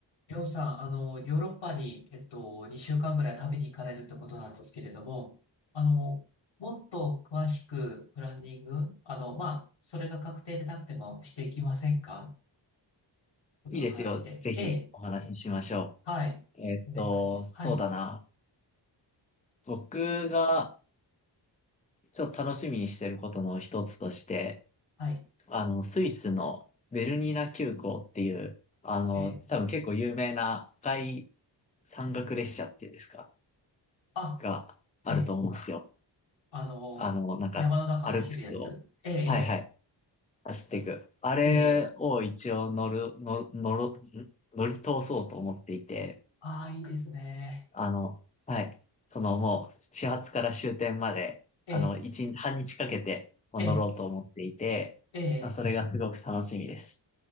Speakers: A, on the left (about 80°); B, on the left (about 15°).
A: りょうさん、あの、ヨーロッパに、えっと、2週間ぐらい旅に行かれるってことなんですけれども、あの、もっと詳しくプランニング、あの、まあ、それが確定でなくてもしていきませんかこの話で。
B: いいですよ。ぜひお話ししましょ
A: ええ、はい。
B: う。えーっと、
A: お願いし、
B: そうだな。
A: はい、
B: 僕がちょっと楽しみにしてることの一つとして、
A: はい、
B: あの、スイスのベルニナ急行っていう、あの、
A: ええ、
B: 多分結構有名な赤い山岳列車っていうんですか、
A: あ、
B: があると思うんですよ。
A: ええ、あの、
B: あの、なんか、
A: 山の中走るやつ。
B: アルプスを、
A: ええ、
B: はいはい、走っていく。あれを一応乗る、
A: ええ、ええ、
B: の、乗ろ、ん乗り通そうと思っていて、
A: ああ、いいですね。
B: あの、はい。そのもう、始発から終点まで、
A: ええ、
B: あの、一日、半日かけて、乗ろうと思っていて、
A: ええ、ええ、
B: まあそれがすごく楽しみです。